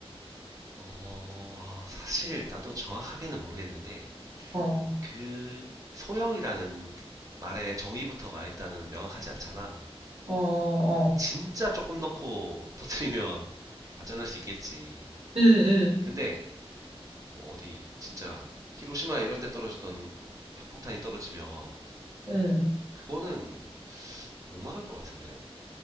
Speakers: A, on the right; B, on the right.
A: 어, 아, 사실 나도 정확하게는 모르겠는데
B: 어,
A: 그 소형이라는 말의 정의부터가 일단은 명확하지 않잖아.
B: 어, 어.
A: 진짜 조금 넣고 터트리면 안전할 수 있겠지.
B: 응, 응,
A: 근데 뭐 어디 진짜 히로시마 이런 데 떨어지던 핵폭탄이 떨어지면
B: 응.
A: 그거는 못 막을 것 같은데?